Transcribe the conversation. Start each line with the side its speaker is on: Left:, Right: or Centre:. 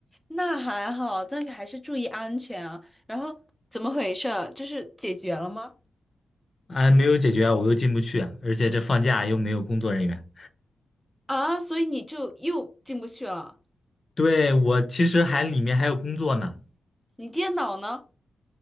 Centre: 那还好，但是还是注意安全啊。然后怎么回事儿就是解决了吗？
Left: 啊，没有解决啊我又进不去啊，而且这放假又没有工作人员。
Centre: 啊，所以你就又进不去了。
Left: 对，我其实还里面还有工作呢。
Centre: 你电脑呢？